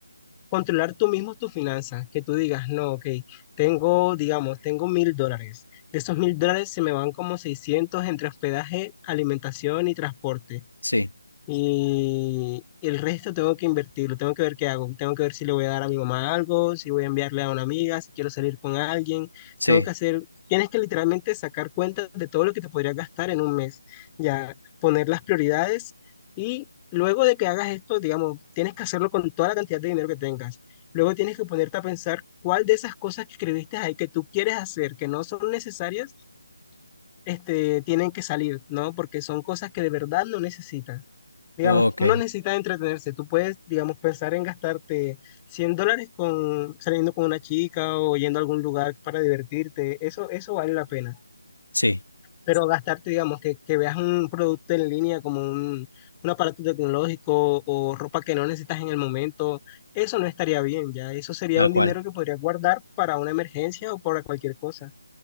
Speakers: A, on the left (about 15°); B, on the left (about 70°).
A: controlar tú mismo tus finanzas, que tú digas, no, ok, tengo, digamos, tengo mil dólares. De esos mil dólares se me van como 600 entre hospedaje, alimentación y transporte.
B: sí,
A: Y, y el resto tengo que invertirlo, tengo que ver qué hago, tengo que ver si le voy a dar a mi mamá algo, si voy a enviarle a una amiga, si quiero salir con alguien,
B: sí,
A: tengo que hacer, tienes que literalmente sacar cuentas de todo lo que te podrías gastar en un mes, ya poner las prioridades y luego de que hagas esto, digamos, tienes que hacerlo con toda la cantidad de dinero que tengas. Luego tienes que ponerte a pensar cuál de esas cosas que escribiste ahí que tú quieres hacer, que no son necesarias, este, tienen que salir, ¿no? Porque son cosas que de verdad no necesitas. Digamos,
B: ok,
A: no necesitas entretenerse. Tú puedes, digamos, pensar en gastarte 100 dólares con, saliendo con una chica o yendo a algún lugar para divertirte. Eso, eso vale la pena.
B: sí,
A: Pero gastarte, digamos, que, que veas un producto en línea como un, un aparato tecnológico o ropa que no necesitas en el momento, eso no estaría bien, ya. Eso sería
B: tal
A: un
B: cual.
A: dinero que podrías guardar para una emergencia o para cualquier cosa.